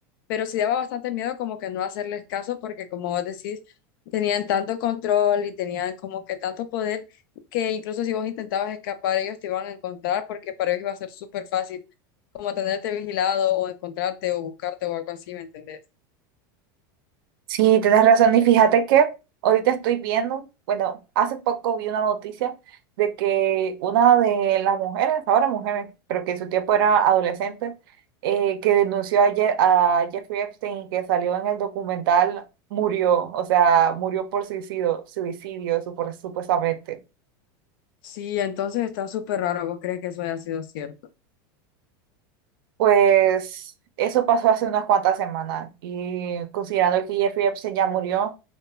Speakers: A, on the left; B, on the right.
A: pero sí daba bastante miedo como que no hacerles caso porque como vos decís, tenían tanto control y tenían como que tanto poder que incluso si vos intentabas escapar, ellos te iban a encontrar porque para ellos iba a ser súper fácil como tenerte vigilado o encontrarte o buscarte o algo así, ¿me entendés?
B: Sí, tienes razón. Y fíjate que ahorita estoy viendo, bueno, hace poco vi una noticia de que una de las mujeres, ahora mujeres, pero que en su tiempo era adolescente, eh, que denunció a, Je- a Jeffrey Epstein y que salió en el documental, murió, o sea, murió por suicidio, suicidio supo- supuestamente.
A: Sí, entonces está súper raro. ¿Vos crees que eso haya sido cierto?
B: Pues eso pasó hace unas cuantas semanas y considerando que Jeffrey Epstein ya
A: Sí.
B: murió,